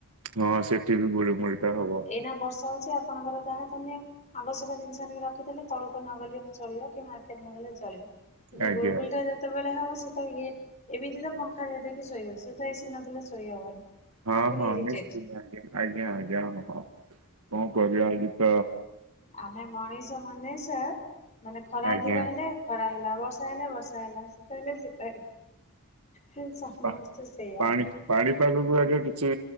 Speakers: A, on the right (about 80°); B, on the left (about 30°).
A: ହଁ ସେଠି ବି ଗୁଳିମୁଳିଟା ହବ।
B: ଏଇନା ବର୍ଷା ହେଉଚି ଆପଣଙ୍କର ତାହା ଧନ୍ୟ ଆବଶ୍ୟକ ଜିନିଷ ଆଣିକି ରଖିଦେଲେ ତଳକୁ ନଗଲେ ବି ଚଳିବ କି ମାର୍କେଟ ନଗଲେ ବି ଚଳିବ। କି
A: ଆଜ୍ଞା
B: ଗୋଳ ଗୁଲଟା
A: ଆଜ୍ଞା
B: ଯେତେ ସେତେବେଳେ ହବ ସୀ ତ ଇ ଏମିତି ତ ପଙ୍ଖା ଦେଇକି ଶୋଇହଉଛି ଏସି ନଲେ ଶୋଇ ହବନି।
A: ହଁ
B: ଆହୁରି
A: ହଁ
B: ଇରିଟେଟ୍।
A: ନିଶ୍ଚନ୍ତ ଆଜ୍ଞା ଆଜ୍ଞା ଆଜ୍ଞା ହଁ ହଁ। କଣ କରିବା ଆଜି ତ
B: ଆମେ ମଣିଷ ମନଷ ମାନେ ସାର ଖରା
A: ଆଜ୍ଞା
B: ଅଧିକ ହେଲେ ଖରା ହେଲା ବର୍ଷା ହେଲା ବର୍ଷା ହେଲା ଶୀତ ହେଲେ ଶୀତ ହେଲା ସମସ୍ତେ
A: ପା-
B: ସେଇଆ।
A: ପାଣି ପାଣିପାଗକୁ ଆଗେ କିଛି